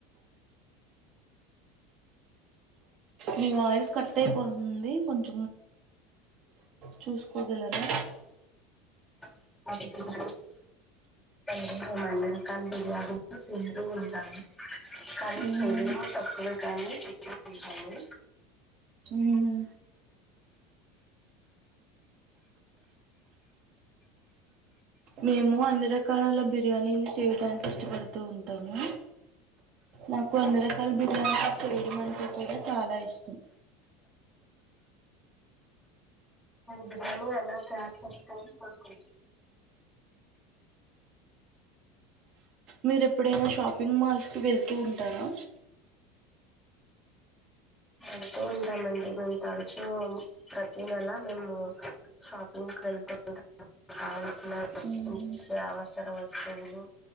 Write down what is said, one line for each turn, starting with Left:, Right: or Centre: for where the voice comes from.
Right: మీ వాయిస్ కట్ అయిపోతుంది కొంచ చూసుకోగలరా
Centre: <inaudible> ఏమాన్నా కానీ బిర్యానీ తింటూ ఉంటాను కానీ
Right: మ్మ్
Centre: శరీరం తక్కువ కానీ తింటూ ఉంటాను
Right: మ్మ్ మేము అన్ని రకాలల బిర్యానీలు చేయడానికి ఇష్టపడుతూ ఉంటాము, నాకు అన్ని రకాల బిర్యానీలు చేయడం అంటే కూడా చాలా ఇష్టం.
Centre: బిర్యాని ఎలా తయారు చేస్కోవచ్చు
Right: మీరు ఎప్పుడైనా షాపింగ్ మాల్స్ కి వెళ్తూ ఉంటారా
Centre: వెళ్తూ ఉంటామండి మేము తరచూ ప్రతీ నెల మేము షాపింకు వెళ్తూ ఉంటామ్ కావల్సినతే
Right: మ్మ్.
Centre: అవసర వస్తువులు